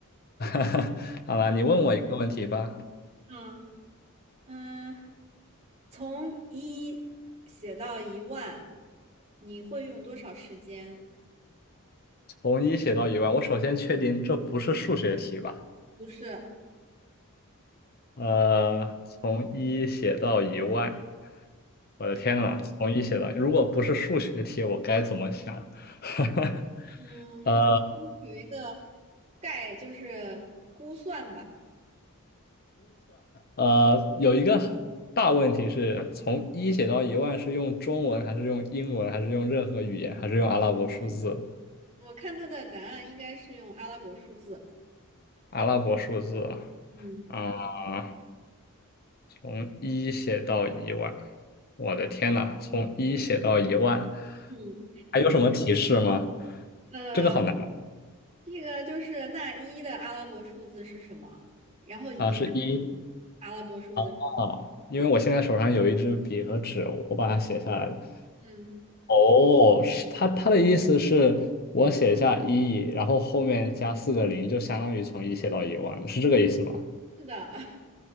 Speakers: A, on the left (about 45°); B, on the right (about 30°).
A: <laughs> 好了，你问我一个问题吧，
B: 嗯嗯，嗯从一写到一万，你会用多少时间？
A: 从一写到一万，我首先确定这不是数学题吧？
B: 不是，
A: 呃，从一写到一万，我的天呐，
B: 嗯
A: 从一写到，如果不是数学题，我该怎么想？<laughs>
B: 嗯，
A: 呃
B: 这个应该有一个概，就是估算吧。
A: 呃，有一个很大问题是从一写到一万是用中文还是用英文还是用任何语言还是用阿拉伯数字？
B: 我看他的答案应该是用阿拉伯数字。
A: 阿拉伯数字
B: 嗯
A: 啊，从一写到一万，我的天呐，从一写到一万，
B: 嗯，
A: 还有什么提示吗？
B: 呃，
A: 这个好难
B: 这个就是那一的阿拉伯数字是什么？然后一问
A: 啊，是一。
B: 阿拉伯数字，
A: 啊，因为我现在手上有一支笔和纸，我把它写下来了。
B: 嗯，
A: 哦，是他他的意思是我写下一，然后后面加四个零，就相当于从一写到一万，是这个意思吗？
B: 是的，<laughs>